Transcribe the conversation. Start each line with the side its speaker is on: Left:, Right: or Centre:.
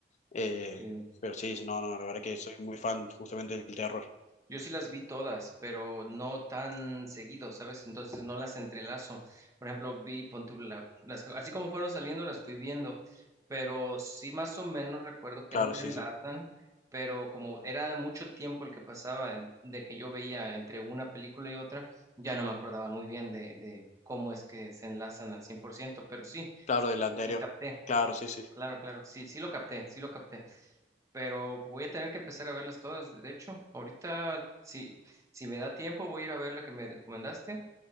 Left: Eh,
Right: sí.
Left: pero sí, sí, no, no, la verdad que soy muy fan justamente del terror.
Right: Yo sí las vi todas, pero no tan seguido, ¿sabes? Entonces no las entrelazo. Por ejemplo, vi, pon tú, la- las, así como fueron saliendo, las fui viendo, pero sí más o menos recuerdo que
Left: Claro,
Right: entrelazan,
Left: sí, sí.
Right: pero como era mucho tiempo el que pasaba en- de que yo veía entre una película y otra, ya no me acordaba muy bien de, de cómo es que se enlazan al 100%, pero sí,
Left: Claro,
Right: sí,
Left: del anterior.
Right: sí capté,
Left: Claro, sí, sí.
Right: claro, claro, sí, sí lo capté, sí lo capté pero voy a tener que empezar a verlas todas. De hecho, ahorita, si, si me da tiempo, voy a ir a ver la que me recomendaste